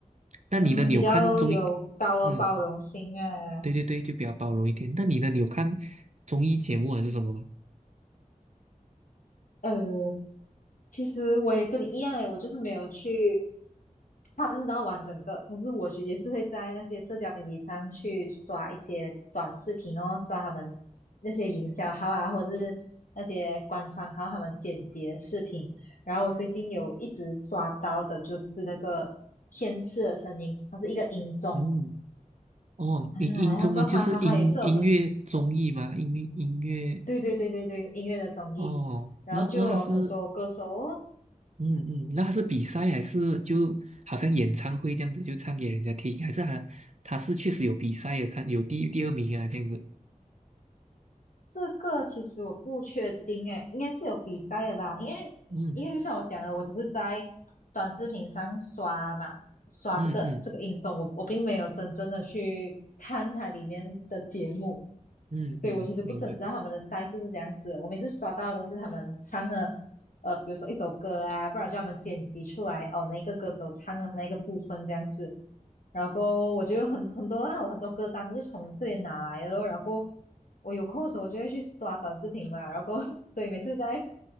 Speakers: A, on the right (about 55°); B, on the left (about 70°).
A: 那你呢？
B: 嗯，
A: 你有看综艺？
B: 比较有高的包容心啊。
A: 嗯，对对对，就比较包容一点。那你呢？你有看综艺节目还是什么吗？
B: 呃，其实我也跟你一样诶，我就是没有去看到完整个，可是我就也是会在那些社交媒体上去刷一些短视频哦，刷他们那些营销号啊，或者是那些官方号他们剪辑的视频。然后我最近有一直刷到的就是那个天赐的声音，它是一个音综
A: 嗯，哦，
B: 啊，
A: 音音综啊，
B: 那个哈哈哈也是有很
A: 就是音音乐综艺吗？音乐音乐
B: 对对对对对音乐的综艺。
A: 哦，
B: 然后就有很多歌手哦，
A: 那那他是嗯嗯，那他是比赛还是就好像演唱会这样子，就唱给人家听，还是他他是确实有比赛的，看有第一第二名啊这样子。
B: 这个其实我不确定诶，应该是有比赛的吧？因为因为就像我讲的，
A: 嗯
B: 我只是在短视频上刷嘛，刷这个这个音综，
A: 嗯嗯
B: 我我并没有真正的去看它里面的节目，
A: 嗯嗯，
B: 所以我其实不是很知道他们的赛制是怎样子的我每次刷到的都是他们唱的，
A: 明白。
B: 呃，比如说一首歌啊，不然就他们剪辑出来哦，那一个歌手唱的那个部分这样子。然后我就有很很多啊，我很多歌单都是从这里拿来的咯。然后我有空的时候，我就会去刷短视频嘛。然后 <laughs> 所以每次在